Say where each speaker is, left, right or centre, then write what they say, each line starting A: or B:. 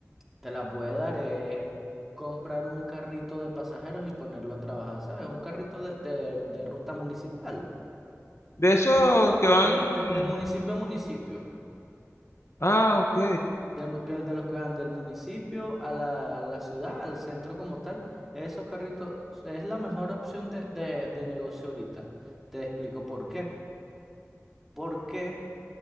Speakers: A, in the centre; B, on the left.
A: te la puede dar es comprar un carrito de pasajeros y ponerlo a trabajar, ¿sabes? Un carrito de, de- de ruta municipal,
B: De esos que van.
A: de, de- de municipio a municipio,
B: Ah, ok.
A: de, que- de los que van del municipio a la, a la ciudad, al centro como tal, esos carritos es la mejor opción de, de de negocio ahorita. Te explico por qué. ¿Por qué?